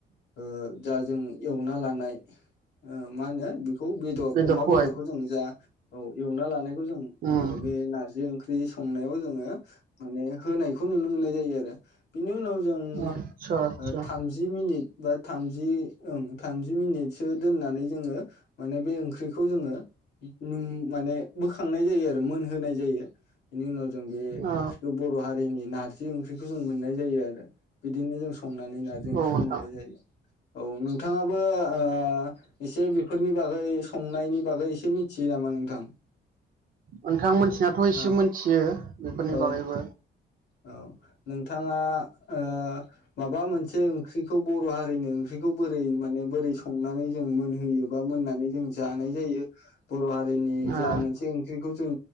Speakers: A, on the left; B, on the right.
A: ओ दा जों एवना लानाय ओ मा होनो बेखौ बेदर
B: बेदरखौहाय
A: अमा बेदरखौ जों जा औ एवना लानायखौ जों
B: उम
A: ओ बे नारजि ओंख्रि संनायाव जोङो माने होनायखौ नुनो मोननाय जायो आरो बिनि उनाव जों
B: आदसा आदसा
A: थामजि मिनिथ बा थामजि ओं थाम जि मिनिथसो दोननानै जोङो माने बे ओंख्रिखौ जोङो ओम माने बोखांनाय जायो आरो मोनहोनाय जायो बेनि उनाव जों बे
B: औ
A: ओंख्रिखौ बर' हारिनि ना नारजि ओंख्रिखौ जों मोननाय जायो आरो बिदिनो जों संनानै नारजि
B: नोंथां
A: ओंख्रिखौ मोननाय जायो। औ नोंथाङा बो ओ एसे बेफोरनि बागै संनायनि बागै एसे मिथियो नामा नोंथां?
B: नोंथां मोनथिनाथ' इसे
A: ओ
B: मोनथियो बिफोरनि
A: औ
B: बागैबो
A: औ नोंथाङा ओ माबा मोनसे ओंख्रिखौ बर' हारिनि ओंख्रिखौ बोरै माने बोरै संनानै जों मोनहोयोबा मोनना जों जानाय जायो बर' हारिनि
B: ओ
A: जा मोनसे ओंख्रिखौ जों